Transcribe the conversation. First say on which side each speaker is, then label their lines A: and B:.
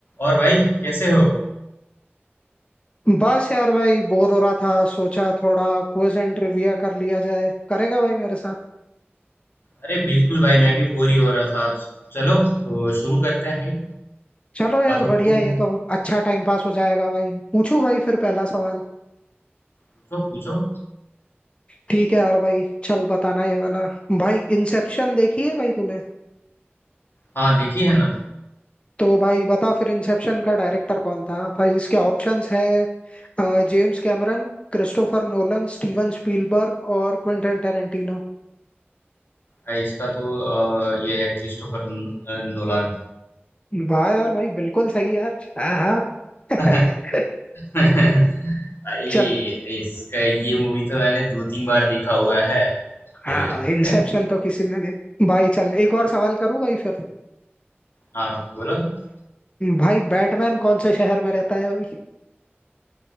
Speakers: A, on the left; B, on the left.
A: और भाई कैसे हो
B: बस यार भाई बोर हो रहा था सोचा थोड़ा क्विज एंड ट्रिविया कर लिया जाए करेगा भाई मेरे साथ
A: अरे बिल्कुल भाई मैं भी बोर ही हो रहा था चलो तो शुरू करते हैं फिर
B: चलो यार
A: और तो
B: बढ़िया
A: तुम
B: ये तो अच्छा टाइम पास हो जाएगा भाई पूछू भाई फिर पहला सवाल
A: पूछो पूछो
B: ठीक है यार भाई चल बताना ये वाला भाई इंसेप्शन देखी है भाई तूने
A: हाँ देखी है ना
B: तो भाई बता फिर इंसेप्शन का डायरेक्टर कौन था भाई इसके ऑप्शंस है James Cameron Christopher Nolan Steven Spielberg और क्विंटन टेरेंटिनो
A: भाई इसका तो अ, ये है क्रिस्टोफर न- अ, नोलान
B: वाह यार भाई बिल्कुल सही यार आहा। <laughs>
A: <laughs> भाई
B: चल
A: इसका ये मूवी तो मैंने दो तीन बार देखा हुआ है <laughs>
B: हाँ इंसेप्शन तो किसी ने नहीं भाई चल एक और सवाल करूँ भाई फिर
A: हाँ बोलो अ,
B: भाई बैटमैन कौन से शहर में रहता है भाई